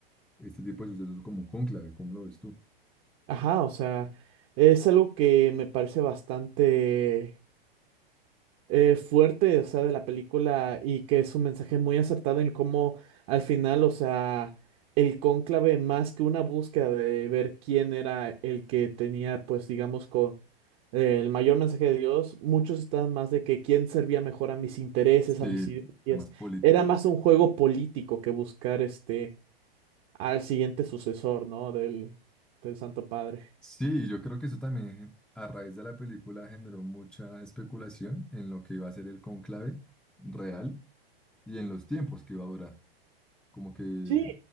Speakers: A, in the centre; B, on the right.
A: este tipo de sucesos como un cónclave, ¿cómo lo ves tú?
B: Ajá, o sea, es algo que me parece bastante eh, fuerte, o sea, de la película y que es un mensaje muy acertado en cómo al final, o sea, el cónclave más que una búsqueda de ver quién era el que tenía, pues, digamos, con el mayor mensaje de Dios, muchos estaban más de que quién servía mejor a mis intereses,
A: Sí,
B: a mis ideas.
A: temas políticos.
B: Era más un juego político que buscar este al siguiente sucesor, ¿no? Del, del Santo Padre.
A: Sí, yo creo que eso también gen- a raíz de la película generó mucha especulación en lo que iba a ser el cónclave real y en los tiempos que iba a durar. Como que
B: Sí,